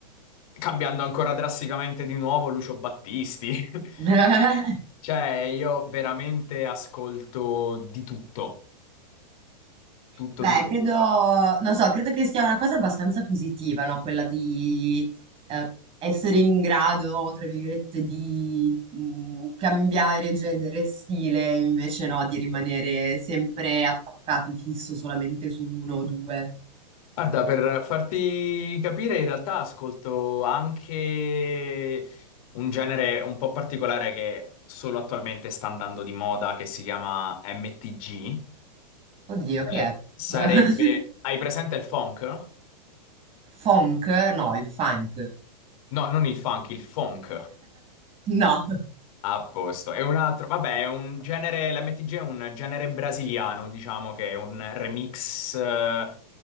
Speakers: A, on the left (about 55°); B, on the right (about 25°).
A: cambiando ancora drasticamente di nuovo Lucio Battisti. <laughs>
B: <laughs>
A: Cioè, io veramente ascolto di tutto, tutto,
B: Beh,
A: tutto,
B: credo,
A: tutto.
B: non so, credo che sia una cosa abbastanza positiva, no? Quella di eh, essere in grado, tra virgolette, di mm, cambiare genere e stile, invece no, di rimanere sempre attaccato e fisso solamente su uno o due.
A: Guarda, per farti capire, in realtà ascolto anche un genere un po' particolare che solo attualmente sta andando di moda, che si chiama MTG.
B: Oddio,
A: Eh,
B: che è?
A: sarebbe...
B: <laughs>
A: Hai presente il funk?
B: Funk? No, il funk.
A: No, non il funk, il funk.
B: No. <laughs>
A: A posto. E un altro, vabbè, è un genere, l'MTG è un genere brasiliano, diciamo che è un remix eh,